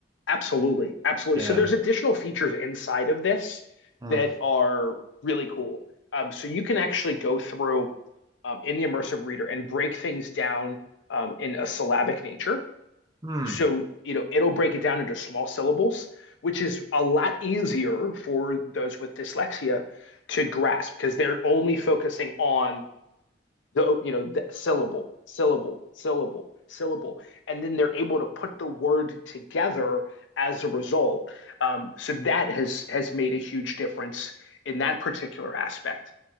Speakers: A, on the left; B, on the right.
A: Absolutely. Absolutely.
B: Yeah.
A: So there's additional features inside of this
B: Mm.
A: that are really cool. Um, so you can actually go through um, in the immersive reader and break things down um, in a syllabic nature.
B: Hmm.
A: So, you know, it'll break it down into small syllables, which is a lot easier for those with dyslexia to grasp because they're only focusing on the you know the syllable syllable syllable syllable and then they're able to put the word together as a result um, so that has has made a huge difference in that particular aspect